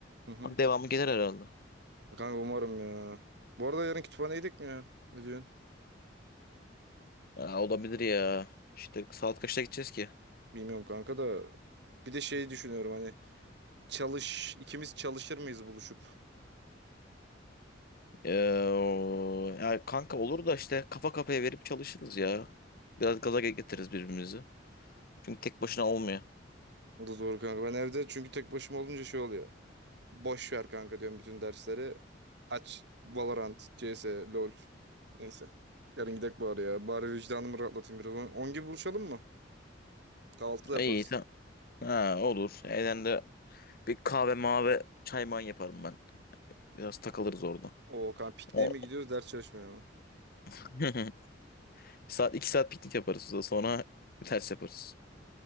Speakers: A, on the right; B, on the left.
A: Hı hı.
B: Devamı gelir herhalde.
A: Kanka umarım ya. Bu arada yarın kütüphaneye gidecek mi ya? Ne diyorsun?
B: Aa, olabilir ya. İşte saat kaçta gideceğiz ki?
A: Bilmiyorum kanka da. Bir de şey düşünüyorum hani. Çalış, ikimiz çalışır mıyız buluşup?
B: Ee, o- ya kanka olur da işte kafa kafaya verip çalışırız ya. Biraz gaza getiririz birbirimizi. Çünkü tek başına olmuyor.
A: O da doğru kanka. Ben evde çünkü tek başıma olunca şey oluyor. Boş ver kanka diyorum bütün dersleri. Aç Valorant, CS, LoL. Neyse. Yarın gidek bari ya. Bari vicdanımı rahatlatayım biraz. on on gibi buluşalım mı? Kahvaltıda yaparız.
B: İyi tamam. Ha olur. Evden de bir kahve mavi çay man yaparım ben. Biraz takılırız orada.
A: O kanka pikniğe
B: O...
A: mi gidiyoruz ders çalışmaya mı?
B: <laughs> Bir saat iki saat piknik yaparız. da Sonra ters yaparız.